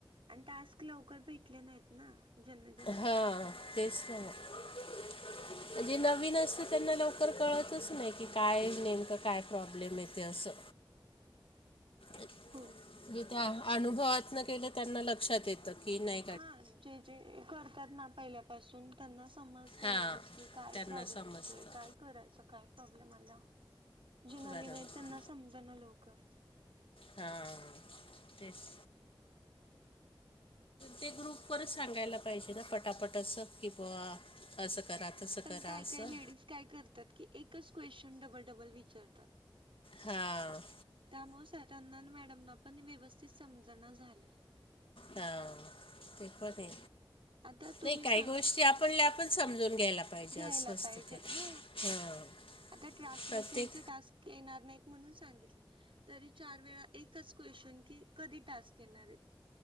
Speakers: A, on the right; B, on the left.
A: आणि टास्क लवकर भेटले नाहीत ना. <unintelligible> ज्यांना
B: हां तेचत म <unintelligible> म्हणजे नवीन असते त्यांना लवकर कळतच नाही की काय नेमकं काय प्रॉब्लेम येते असं
A: <unintelligible> <inaudible> <unintelligible>
B: एक <unintelligible> <unintelligible>
A: हो. <unintelligible>
B: जे त्या आनुभवातनं केलं त्यांना लक्षात ये त कि नाय.
A: हां जे जे करतात ना पहिल्या पासून त्यांना समजते
B: हां
A: लगेच की काय
B: त्यांना
A: प्रॉब्लेम
B: समजतं
A: येतोय काय करायच काय प्रॉब्लेम आल्याव जे नवीन
B: बरोबर
A: आहे त्यांना समजना लवकर.
B: हां तेस. ते ग्रुप वरच सांगायला पाहिजे ना पटापट असं कि बुवा आसं करा तसं
A: पण
B: करा
A: काय
B: आसं
A: काय लेडीज काय करतात की एकच क्वेश्चन् डबल डबल विचारतात.
B: हा.
A: त्यामुळं सरांना आणि मॅडमना पण व्यवस्थित समजना झालंय.
B: हां ते पण आहे
A: आता तुम्ही
B: नाई काही
A: सांग
B: गोष्टी आ पल्या आपण समजून घ्यायला पाहिजे
A: घ्यायला
B: असं असतं
A: पाहिजेत
B: ते
A: हो.
B: हां
A: आता ट्रान्सलेशनचे
B: प्रत्येक
A: टास्क येणार नाहीत म्हणून सांगितलं. तरी चार वेळा एकच क्वेशन की कधी टास्क येणारेत.